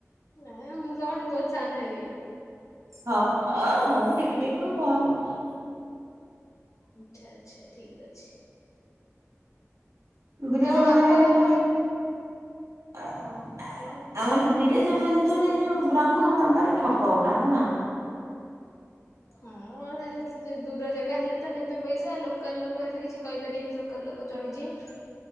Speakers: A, on the left; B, on the right.
A: ହେଲା ଏ ମୁଁ ତମଠୁ ବହୁତ ସାନ ହେବି।
B: ହଁ ଅ ହଉ ଦିଦି ଡାକିବୁ କ'ଣ ହେଲା?
A: ଆଚ୍ଛା ଆଚ୍ଛା। ଠିକ୍ ଅଛି।
B: ବିରଜା
A: ତମ
B: ମନ୍ଦିରରେ
A: ବାପ ଘର
B: ମିଳିଅ। ଏ
A: ହଁ
B: ଏ
A: କହୁନ?
B: ଆମ ବିର। ମନ୍ଦିରରେ ଏଇ ଯୋଉ ବ୍ରାହ୍ମଣ ଗୁଡା ଭାରି ଠକ ଗୁଡା ନାଁ।
A: ହୁଁ ଦୂର ଜାଗା ହେଲେ ତ ନେବେ ପଇସା ଲୋକାଲ ଲୋକ ହେଲେ କିଛି କହିପାରିବେନି ଲୋ। ଲୋକାଲ ଲୋକ ଚଢ଼ିଯିବେ।